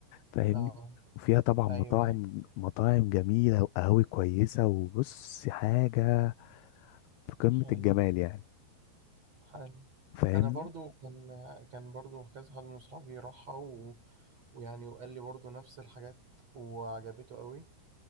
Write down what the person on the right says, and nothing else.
اه
ايوه
أيوة.
حلو
حلو
انا برضو كان كان برضو كذا حد من اصحابي راحها و... ويعني وقال لي برضو نفس الحاجات وعجبته قوي